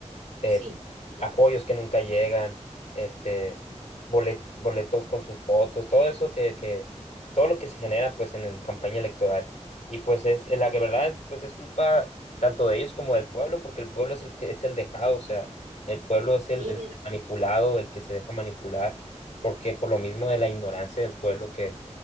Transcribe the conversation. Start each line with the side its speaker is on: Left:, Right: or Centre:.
Right: o
Left: eh,
Right: sí. eh,
Left: apoyos que nunca llegan, este,
Right: mm,
Left: bolet- boletos con sus fotos, todo eso que, que, todo lo que se genera pues en, en campaña electoral. Y pues es, eh, la
Right: mm,
Left: que verdad es, pues es culpa tanto de ellos como del pueblo, porque el pueblo es el que es el dejado, o sea, el pueblo es el,
Right: Sí,
Left: el manipulado, el que se deja manipular, porque por lo mismo de la ignorancia del pueblo que,